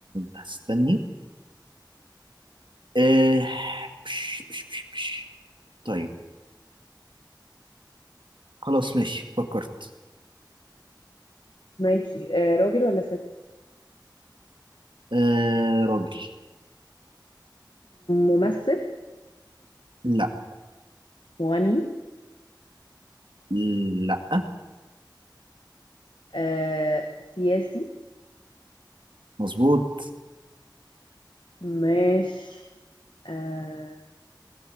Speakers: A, on the right; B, on the left.
A: هستني أه بش بش بش بش. طيب خلاص ماشي فكرت
B: ماشي آه راجل ولا ست
A: أه راجل
B: ممثل
A: لا
B: مغني
A: لا
B: آه سياسي
A: مظبوط
B: ماشي آه